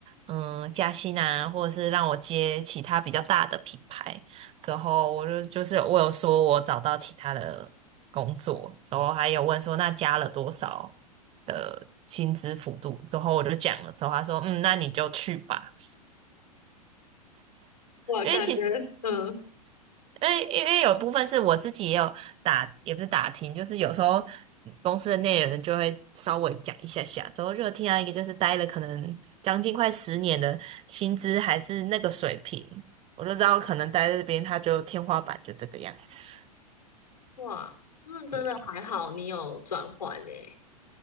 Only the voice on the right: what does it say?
嗯，加薪啊，或者是让我接其他比较大的品牌。之后我就就是我有说我找到其他的工作，之后还有问说那加了多少的薪资幅度。之后我就讲了之后，他说，嗯，那你就去吧。
因为其
因为因为有部分是我自己也有打，也不是打听，就是有时候公司的内人就会稍微讲一下下，之后热听啊，一个就是待了可能将近快十年的薪资还是那个水平，我就知道可能待在这边他就天花板就这个样子。
对